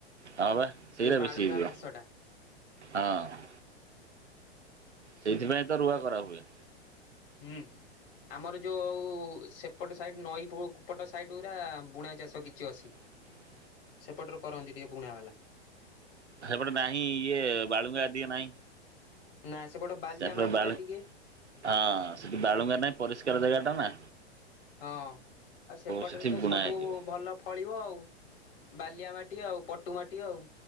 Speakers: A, on the right; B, on the left.
A: ହଁ ପା ସେଇଗୁରା
B: ଯୋଉ ବାଳୁଙ୍ଗା
A: ବେଶୀ ହେଇଯିବ
B: ଘାସ ଟା
A: ହଁ। ସେଇଥିପାଇଁ ତ ରୁଆ କରାହୁଏ।
B: ହୁଁ। ଆମର ଯୋଉ ସେପଟ ସାଇଡ଼ ନଈପଟ ସାଇଟ ଗୁରା ବୁଣା ଚାଷ କିଛି ଅଛି।
A: <inaudible>
B: ସେପଟରେ କରନ୍ତି ଟିକେ ବୁଣା ବାଲା।
A: ସେପଟେ ନାହିଁ ଇଏ ବାଳୁଙ୍ଗା ଟିକେ ନାହିଁ।
B: ନା ସେପଟ ବାଲିଆ
A: ତାପରେ
B: ମାଟି
A: ବାଳୁ
B: ଟା ଟିକେ
A: ହଁ ସେଠି ବାଳୁଙ୍ଗା ନାଇଁ ପରିଷ୍କାର ଜାଗା ଟା ନା।
B: ହଁ ଆଉ ସେପଟରେ
A: ସେଠି
B: ତ
A: ବୁଣା
B: ସବୁ
A: ହେଇଯିବ
B: ଭଲ ଫଳିବ ଆଉ, ବାଲିଆ ମାଟି, ଆଉ ପଟୁ ମାଟି ଆଉ।